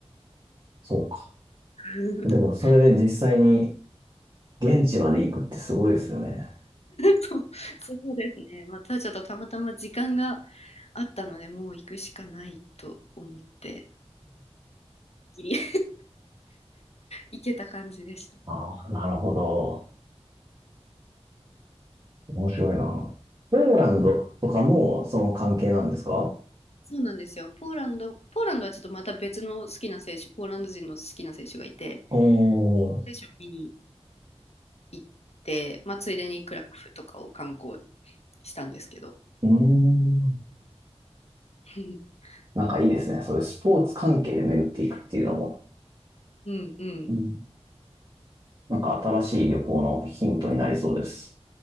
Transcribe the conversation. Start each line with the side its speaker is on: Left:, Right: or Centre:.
Right: そうか。
Left: <laughs>
Right: でも、それで実際に現地まで行くってすごいですよね。
Left: そう、そうですね。またちょっとたまたま時間があったので、もう行くしかないと思って、ギリ <laughs> 行けた感じでした。
Right: ああ、なるほど。面白いな。ポーランドとかもその関係なんですか
Left: そうなんですよ。ポーランド、ポーランドはちょっとまた別の好きな選手、ポーランド人の好きな選手がいて、
Right: おー。
Left: 選手を見に行って、まあ、ついでにクラクフとかを観光したんですけど。
Right: うーん。
Left: <laughs>
Right: なんかいいですね。そういうスポーツ関係で巡っていくっていうのも、
Left: うんうん。
Right: うんなんか新しい旅行のヒントになりそうです。